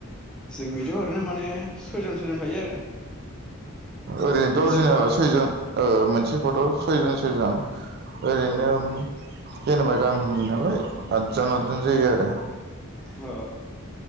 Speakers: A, in the centre; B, on the right.
A: जोंखैथ' ओरैनो माने सयजन सयजन थायो आरो
B: ओरैनोथ'
A: मोनसे
B: अरिजिनला
A: कर्टआव
B: सयजन मोनसे <unintelligible> ओरैनो
A: औ
B: जेनेबा गामिनि नालाय आदजन आदजन जायो आरो
A: अ